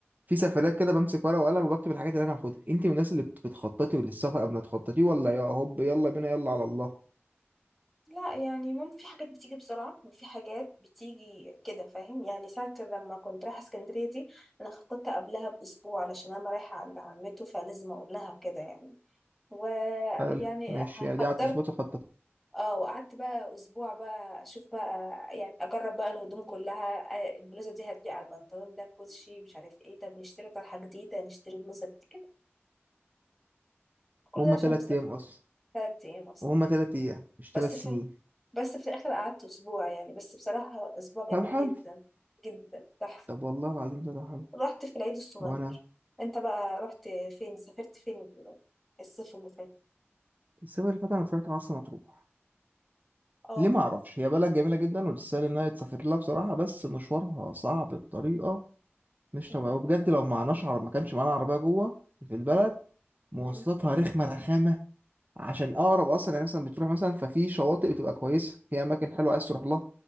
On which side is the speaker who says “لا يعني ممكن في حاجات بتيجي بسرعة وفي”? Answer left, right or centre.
Centre